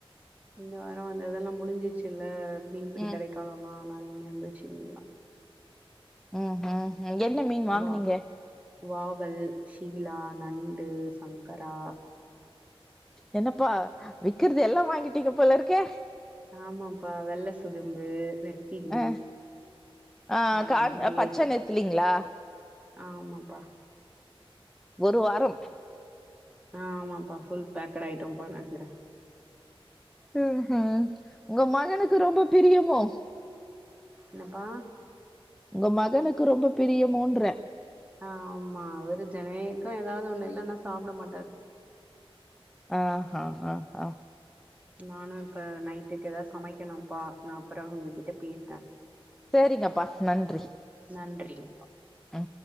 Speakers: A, on the right; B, in the centre.
A: இந்த வாரோ வந்து இதெல்லா முடிஞ்சிச்சு இல்ல மீன்பிடி
B: ம்
A: தடைக்காலோ எல்லாம நிறைய இருந்துச்சு மீன்லா
B: ம் ம் ம் என்ன மீன் வாங்குனீங்க
A: வா வாவல் ஷீலா நண்டு சங்கரா
B: என்னப்பா விக்குறது எல்லா வாங்கிட்டீங்க போல இருக்கே
A: ஆமாப்பா வெள்ள சுதம்பு நெத்திலி
B: அ ஆ
A: எல்லாமே
B: கான்
A: வாங்கியாச்சுப்பா
B: பச்ச நெத்திலிங்களா
A: ஆமாப்பா
B: ஒரு வாரம்
A: ஆ ஆமாப்பா ஃபுல் பேக்குடு ஐட்டம் போன இது
B: ம் ம் உங்க மகனுக்கு ரொம்ப பிரியமோ
A: என்னப்பா
B: உங்க மகனுக்கு ரொம்ப பிரியமோன்ற
A: ஆ ஆமா அவரு ஜெனக்கூ ஏதாவது ஒண்ணு இல்லன்னா சாப்பட மாட்டாரு
B: ஆ ஆ ஆ ஆ
A: நானு இப்ப நைட்டுக்கு ஏதாது சமைக்கணுப்பா நா அப்றோ உங்ககிட்ட பேசுறே
B: சேரிங்கப்பா நன்றி
A: நன்றிங்கப்பா
B: ம்